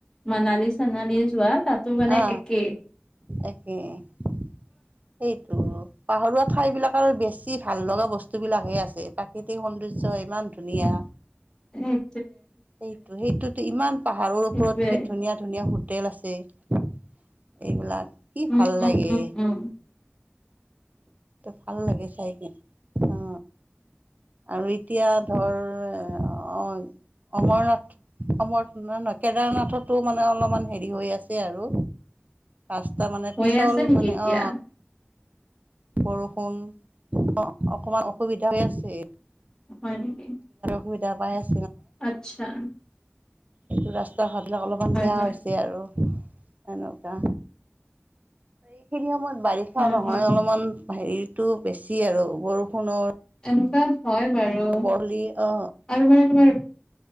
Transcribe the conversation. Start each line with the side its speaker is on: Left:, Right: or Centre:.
Left: মানালী চানালী যোৱা তাতো মানে
Right: অ
Left: একেই
Right: একেই সেইটো ত পাহাৰোৱা ঠাই বিিলাক আৰু বেছি ভাল লগা বস্তু বিলাকহে আছে প্ৰাকৃতিক সৌন্দৰ্যয় ইমান ধুনীয়া
Left: উম
Right: সেইটো সেইটোতো ইমান পাহাৰৰ ওপৰত
Left: সেইটোৱে
Right: কি ধুনীয়া ধুনীয়াু হোটেল আছে এইবিলাক কি
Left: উম
Right: ভাল
Left: উম
Right: লাগে
Left: উম উম
Right: ভাল লাগে চাই কিনে অ অ আৰু এতিয়া ধৰ এ অ অমৰনাথ অমৰনাথ ন নহয় কেদাৰনাথতো মানে অলপমান হেৰি হৈ আছে আৰু ৰাস্তা মানে
Left: হৈয়ে
Right: পিছল
Left: আছে নেকি
Right: মানে
Left: এতিয়া
Right: অ বৰষুণ অ অকমান অসুবিধা হৈ আছে
Left: হয় নেকি
Right: সুবিধা পাইছে
Left: আত্ছা
Right: এইটো ৰাস্তা ঘাটিলাক অলপমান বেয়া
Left: হয়
Right: হৈছে আৰু এনেকুৱা এইখিনি সময়ত বাৰিষা
Left: হয়
Right: নহয়
Left: হয়
Right: অলপমান হেৰিতো বেছি আৰু বৰষুণৰ
Left: এনেকুৱা হয় বাৰু
Right: বৰলি অ
Left: আৰু মানে তোমাৰ